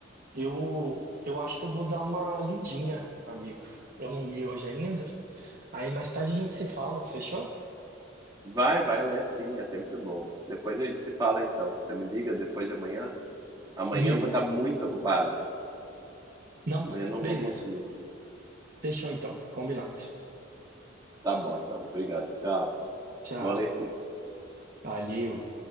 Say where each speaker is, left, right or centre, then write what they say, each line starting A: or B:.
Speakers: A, on the right (about 45°); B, on the right (about 20°).
A: eu, eu acho que eu vou dar uma lidinha, amigo. Eu não li hoje ainda. Aí mais tarde a gente se fala, fechou?
B: Vai, vai ler sim, é sempre bom. Depois a gente se fala então. Você me liga depois de amanhã? Amanhã
A: Ligo.
B: eu vou estar muito ocupado,
A: Não?
B: amanhã eu não
A: Beleza.
B: vou conseguir.
A: Fechou então. Combinado.
B: Tá bom, então. Obrigado. Tchau.
A: Tchau.
B: Boa leitura.
A: Valeu.